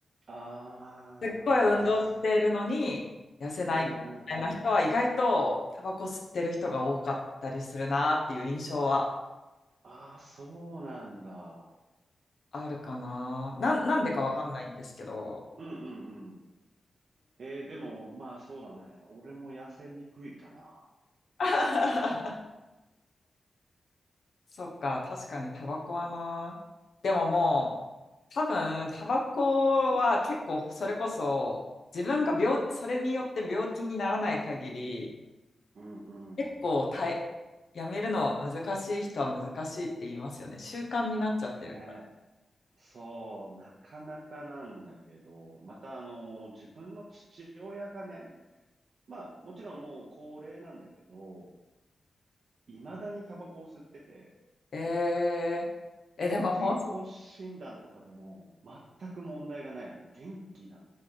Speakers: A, on the right; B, on the left.
A: あー、
B: すっごい運動しているのに痩せないみたいな人は意外とタバコ吸ってる人が多かったりするなっていう印象は
A: すうんうんうんああ、そうなんだ。
B: あるかな。なん、なんでかわかんないんですけど。
A: うん。うんうんうん。えー、でも、まあそうだね。俺も痩せにくいかな。
B: <laughs> そっか、確かにタバコはな。でももう、多分タバコは結構それこそ自分が病、
A: うん
B: それによって病気にならない限り、
A: うんうん。
B: 結構たい、やめるの難しい人は難しいって言いますよね。習慣になっちゃってる。
A: ねえ。そう、なかなかなんだけど、またあの、自分の父親がね、まあもちろんもう高齢なんだけど、未だにタバコを吸ってて、
B: えええ、
A: で、
B: でももうそ、
A: 健康診断とかでも全く問題がない。もう元気なの。